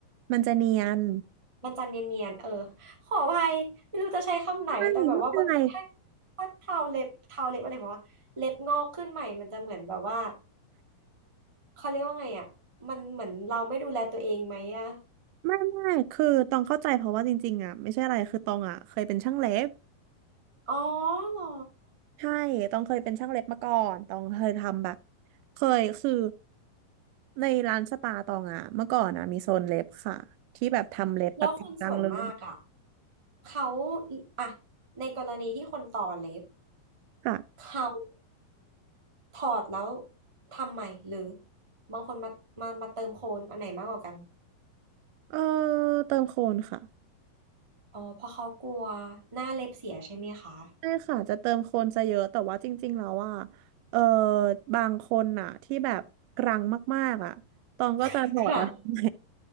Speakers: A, on the right; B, on the right.
A: มันจะเนียน
B: มันจะเนียนๆเออขออภัยไม่รู้จะใช้คำไหน
A: ไม่ไม่เป็นไร
B: แต่แบบว่าบางทีถ้าถ้าเทาเล็บเทาเล็บอะไรแบบว่าเล็บงอกขึ้นใหม่มันจะเหมือนแบบว่าเขาเรียกว่าไงอะมันเหมือนเราไม่ดูแลตัวเองไหมอะ
A: ไม่ไม่คือตองเข้าใจเพราะว่าจริงๆอ่ะไม่ใช่อะไรคือตองอ่ะเคยเป็นช่างเล็บ
B: อ๋อเหรอ
A: ใช่ตองเคยเป็นช่างเล็บมาก่อนตองเคยทำแบบเคยคือในร้านสปาตองอ่ะเมื่อก่อนอ่ะมีโซนเล็บค่ะที่แบบทำเล็บแบบจริงจังเลย
B: แล้วคนส่วนมากอะเขาอะในกรณีที่คนต่อเล็บ
A: ค่ะ
B: เขาถอดแล้วทำใหม่หรือบางคนมามามาเติมโคนอันไหนมากกว่ากัน
A: เออเติมโคนค่ะ
B: อ๋อเพราะเขากลัวหน้าเล็บเสียใช่ไหมคะ
A: ใช่ค่ะจะเติมคนซะเยอะแต่ว่าจริงๆแล้วอ่ะเออบางคนน่ะที่แบบกรังมากๆอ่ะตองก็จะถอดแล้วทำไม
B: <laughs> ครั้ง